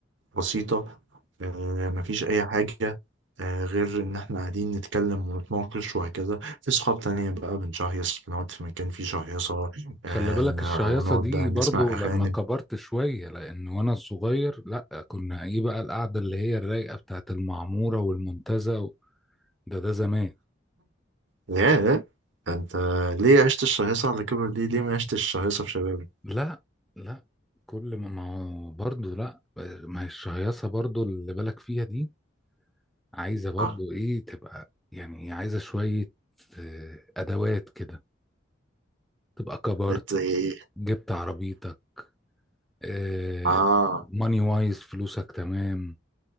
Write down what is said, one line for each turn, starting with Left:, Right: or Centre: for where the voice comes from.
Right: بسيطة آه، مفيش أي حاجة آه، غير إن إحنا قاعدين نتكلم ونتناقش وهكذا في صحاب تانية بقى بنشهيص بنقعد في مكان فيه شهيصة
Centre: خلي
Right: آه،
Centre: بالك الشهيصة
Right: ونقعد
Centre: دي
Right: بقى نسمع
Centre: برضو
Right: أغاني
Centre: لما كبرت شوية لأن وأنا صغير لأ كنا إيه بقى القعدة اللي هي الرايقة بتاعت المعمورة والمنتزه و- ده ده زمان
Right: ياه أنت ليه عشت الشهيصة على كبر دي ليه ما عشتش الشهيصة في شبابك؟
Centre: لأ لأ كل ما ما هو برضو لأ ما هي الشهيصة برضو اللي بالك فيها دي عايزة برضو
Right: آه
Centre: إيه تبقى يعني عايزة شوية آه، أدوات كده تبقى كبرت
Right: بقيت زي إيه؟
Centre: جبت عربيتك آه،
Right: آه
Centre: ماني وايز فلوسك تمام